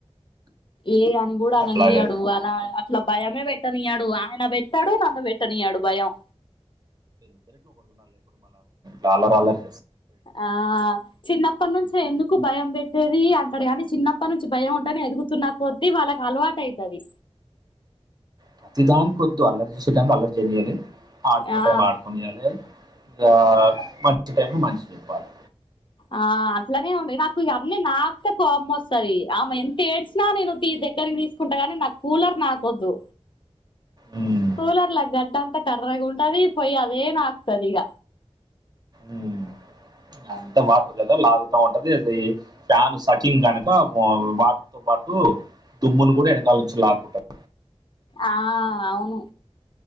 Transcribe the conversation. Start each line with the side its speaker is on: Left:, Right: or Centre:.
Left: ఏ అని కూడా అననియ్యడు
Right: అట్లాగే
Left: అలా అట్లా భయమే పెట్టనీయాడు ఆయన పెట్టడు నన్ను పెట్టనీయడు భయం
Right: డాలర్ ఆలర్
Left: ఆ చిన్నప్ప నుంచి ఎందు భయం పెట్టేది అంటడు కాని చిన్నప్ప నుంచి భయం ఉంటనే ఎదుగుతున్నా కొద్దీ వాళ్ళకి అలవాటు అయితది
Right: ప్రతిదాని కొద్దు అల్లర్ చేసే టైం అల్లర్ చేయనియాలి ఆడుకునే
Left: ఆ
Right: టైం ఆడుకొనియాలి ఇగ మంచి టైంలో మంచి చెప్పాలి
Left: ఆ అట్లనే ఉండి నాకు ఇగ అన్నీ నాకే కోపం వస్తది ఆమె ఎంత ఏడ్చినా నేను తీ దగ్గ తీసుకుంట గాని నా కూలర్ నాకు వద్దు
Right: ఉమ్,
Left: కూలర్లు గడంత కర్రగ ఉంటది పోయ్ అదే నాకుతది ఈగ
Right: ఉమ్. అంత వాటరు కదా లాగుతా ఉంటది అ ఫ్యాన్ సచిన్ కనుక వ వాటర్ తో పాటు దుమ్మును కూడా వెనకాల నుంచి లాకుంటారు
Left: ఆ అవును